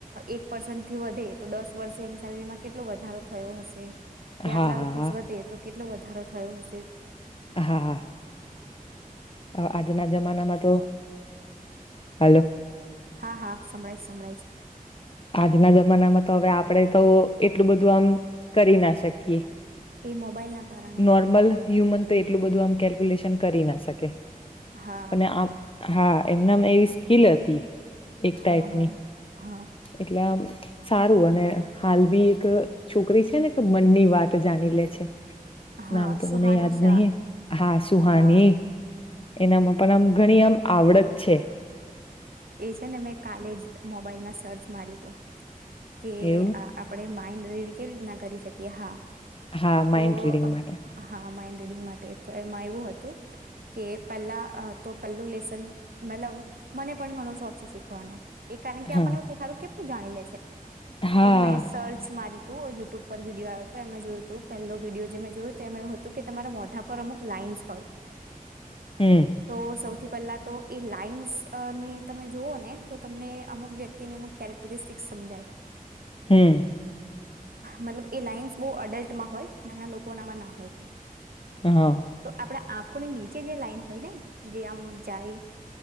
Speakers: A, on the right; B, on the left.
A: એક પર્સ થી વધે તો દસ વર્ષે એની સેલેરીમાં કેટલો વધારો થયો હશે. કે આટલા
B: હા
A: રૂપીસ
B: હા હા
A: વધે તો કેટલો વધે વધારો થયો હશે
B: હા હા આજના જમાનામાં તો, હાલો
A: હા હા સંભળાય સંભળાય છે.
B: આજના જમાનામાં તો હવે આપડે તો એટલું બધું આમ કરી ના શકીએ.
A: છે એ મોબાઈલ ના કારણે
B: નોર્મલ હ્યુમ તે એટલું બધું આમ કેલ્ક્યુલેશન કરી ના શકે.
A: હા
B: અને આમ હા. એમનામાં એવી સ્કીલ હતી. એક ટાઈપની
A: હા હા હા
B: એટલે આમ સારું અને હાલ બી એક છોકરી છે ને એક મનની વાત જાણી લે છે.
A: હા
B: નામ તો
A: સુહાની
B: મને યાદ
A: શાહ
B: નહી, હા સુહાની
A: હા
B: એનામાં પણ આમ ઘણી આમ આવડત છે.
A: એ છે ને મેં કાલે જ મોબાઈલમાં સર્ચ માર્યું હતું. કે
B: એવું
A: આપડે મા આઇન્ડ્રેડ કેવી રીતના કરી શકીએ હા.
B: હા માઇન્ડ
A: તો
B: રીડિંગ માટે
A: હા માઇન્ડ રીડિંગ માટે તો એ મા એવું હતું કે પેલ્લા તો પેલ્લું લેસન મતલબ મને પણ ઘણો શોખ છે શીખવાનો. એ કારણ કે
B: હા
A: આપનેવ થું થારુ કે. જાણી લે છે.
B: હા
A: તો મેં સર્ચ મારી. તો યુટ્યુબ પર વિડીયો આવ્યો હતો એમાં જોયું હતું પહેલો વિડીયો જે જોયુ ત એમાં એવું હતું કે તમારા મોઢા પર અમુક લાઈન્સ હોય.
B: હમ
A: તો સૌથી પહેલા તો એ લાઈન્સ અ ને તમે જુઓ ને તો તમને અમુક વ્યક્તિને અમુક કેરેક્ટરિસ્ટિક સમજાય.
B: હમ
A: મતલબ એ લાઈઇન્સ બહુ અડલ્ટમાં હોય નાના લોકોનામાં ના હોય.
B: હા
A: તો આપડા આ કો નીચે જે લાઈન હોયને જે આમ જાય.